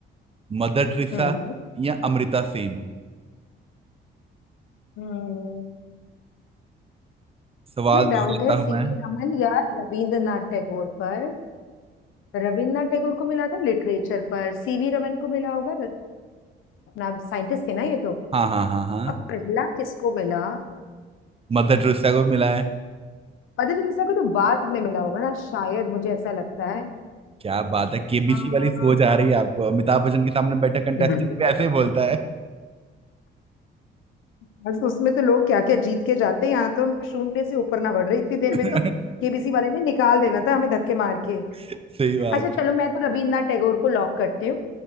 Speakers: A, on the right; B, on the left.
A: Mother Teresa
B: हम्म
A: या अमृता सेन
B: हम्म।
A: सवाल
B: मुझे
A: दोहराता
B: डाउट है सीवी
A: हूं मैं
B: रमन या रविंद्रनाथ टैगोर पर रविंद्रनाथ टैगोर को मिला था लिटरेचर पर सीवी रमन को मिला होगा अपना साइंटिस्ट थे ना ये तो
A: हाँ हाँ हाँ हाँ
B: अब पहला किसको मिला
A: मदर टेरेसा को भी मिला है
B: मदर टेरेसा को तो बाद में मिला होगा ना शायद मुझे ऐसा लगता है
A: क्या बात है केबीसी
B: हाँ
A: वाली सोच आ रही है आपको अमिताभ बच्चन के सामने बैठा कंटेस्टेंट
B: <laughs>
A: भी ऐसे ही बोलता है
B: बस उसमें तो लोग क्या क्या जीत के जाते हैं यहाँ तो हम शून्य से ऊपर ना बढ़ रहे इतनी देर
A: <laughs>
B: में तो केबीसी वाले ने निकाल देना था हमें धक्के मार के
A: सही बात
B: अच्छा
A: है
B: चलो मैं तो रविन्द्रनाथ टैगोर को लॉक करती हूँ